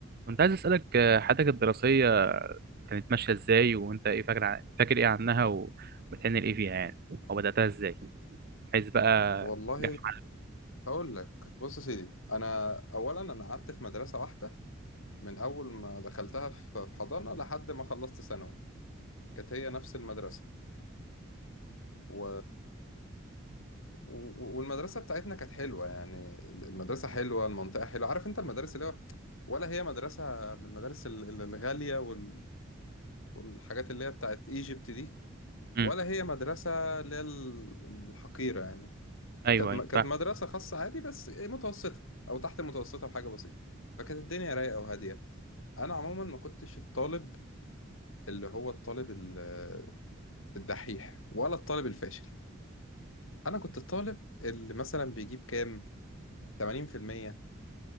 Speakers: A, on the right; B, on the left.
A: كنت عايز أسألك آه، حياتك الدراسية كانت ماشية إزاي وأنت إيه فاكر ع- فاكر إيه عنها و- وبتعمل إيه فيها يعني أو بدأتها إزاي عايز بقى
B: والله
A: جامعة
B: هقول لك بص يا سيدي انا اولا انا قعدت في مدرسه واحده من اول ما دخلتها في في حضانه لحد ما خلصت ثانوي كانت هي نفس المدرسه و... و... والمدرسه بتاعتنا كانت حلوه يعني المدرسه حلوه المنطقه حلوه عارف انت المدارس اللي هو ولا هي مدرسه من المدارس ال- ال- الغاليه وال... والحاجات اللي هي بتاعت ايجيبت دي ولا
A: أمم،
B: هي مدرسه اللي هي ال- الحقيره يعني
A: أيوه
B: كانت م-
A: أيوه
B: كانت
A: فاهم.
B: مدرسة خاصة عادي بس متوسطة أو تحت المتوسطة بحاجة بسيطة فكانت الدنيا رايقة وهادية أنا عموما ما كنتش الطالب اللي هو الطالب ال- الدحيح ولا الطالب الفاشل أنا كنت الطالب اللي مثلا بيجيب كام 80%